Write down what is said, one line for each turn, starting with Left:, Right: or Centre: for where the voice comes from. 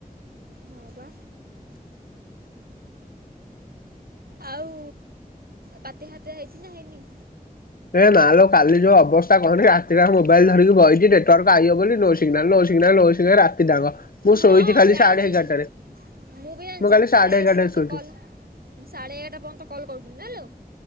Right: ହଁ ବା। ଆଉ ବାତ୍ୟା ଫାତିଆ ହେଇଛି ନା ହେଇନି।
Left: ହେ ମା ଲୋ କାଲି ଯୋଉ ଅବସ୍ଥା କହନି ରାତି ଯାକ ମୋବାଇଲ ଧରିକି ବଇଛି ନେଟୱାର୍କ ଆଇବ ବୋଲି no signal no no signal no signal ରାତି ଜାଙ୍କ ମୁଁ
Right: ହଁ
Left: ଶୋଇଛି କାଲି
Right: ମୁଁ ଜାଣିଛି
Left: ସାଢେ ଏଗାରଟାରେ।
Right: ମୁଁ ବି ଜଣିଛି
Left: କାଲି
Right: ମୁଁ ସାଢେ ଏଗାରଟା
Left: ଏଗାରଟାରେ
Right: ପର୍ଯ୍ୟନ୍ତ
Left: ଶୋଇଛି
Right: କଲ୍ ମୁଁ ସାଢେ ଏଗାରଟା ପର୍ଯ୍ୟନ୍ତ କଲ୍ କରୁଥିଲି ଜାଣିଲୁ।